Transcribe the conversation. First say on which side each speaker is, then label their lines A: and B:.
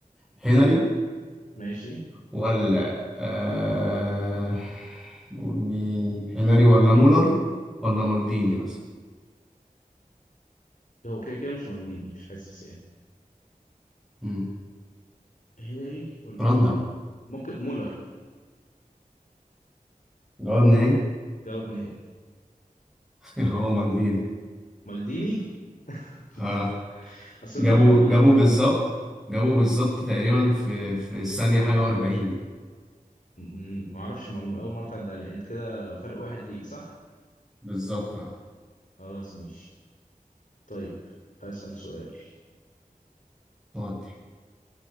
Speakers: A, in the centre; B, on the left.
A: هنري
B: ماشي
A: ولا آه... نقول مين هنري ولا مولر ولا مالديني مثلا
B: هو كده كده مش مالديني مش حاسس يعني
A: مم.
B: هنري ولا
A: راندم
B: ممكن مولر
A: جواب نهائي
B: جواب نهائي
A: <laughs> هو مالديني
B: مالديني <laughs>
A: ها
B: اصل
A: جابوا
B: انت لما
A: جابوا بالظبط جابوا بالظبط تقريبا في في الثانية حاجة و40
B: م- ما اعرفش المعلومه اول مره تعدي عليا انت كده فرق واحد ليك صح
A: بالظبط اه
B: خلاص ماشي طيب اسال سؤال
A: تودي